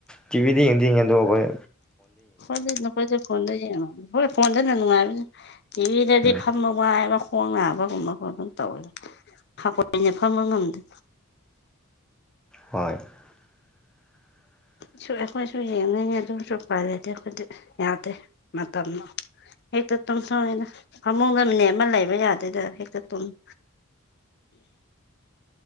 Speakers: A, in the centre; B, on the left (about 50°).
A: ꯇꯤꯚꯤꯗꯤ ꯌꯦꯡꯗꯤ ꯌ‌ꯦꯡꯉ‌ꯦ ꯑꯗꯧꯈꯣꯏ
B: ꯍꯣꯏ ꯅꯈꯣꯏꯁ‌ꯦ ꯐ‌ꯣꯟꯗ ꯌ‌ꯦꯡꯉꯝꯅꯤ ꯍ‌ꯣꯏ ꯐꯣꯟꯗꯅ ꯅꯨꯡꯉꯥꯏꯕꯅ‌ꯦ ꯇꯤꯚꯤꯗꯗꯤ
A: ꯎꯝ
B: ꯐꯝꯕ ꯋꯥꯏꯕ ꯈꯣꯡ ꯅꯥꯕꯒꯨꯝꯕ ꯈ‌ꯣꯠꯄ ꯇꯧꯕꯅ‌‍‌ꯦ ꯍꯀꯣꯏꯅ ꯐꯝꯕ ꯉꯝꯗꯦ
A: ꯍꯣꯏ <inaudible>
B: ꯁꯨ ꯑꯩꯈꯣꯏꯁꯨꯨ ꯌꯦꯡꯅꯤꯡꯉ‌ꯦ ꯑꯗꯨꯁꯨ ꯎꯄꯥꯏ ꯂꯩꯇ‌ꯦ ꯑꯩꯈꯣꯏꯗꯤ ꯌꯥꯗꯦ ꯃꯇꯝ <unintelligible> ꯐꯃꯨꯡꯗ ꯃꯅꯤꯠ ꯑꯃ ꯂꯩꯕ ꯌꯥꯗꯦꯗ ꯍꯦꯛꯇ ꯇꯨꯝꯃ‌ꯦ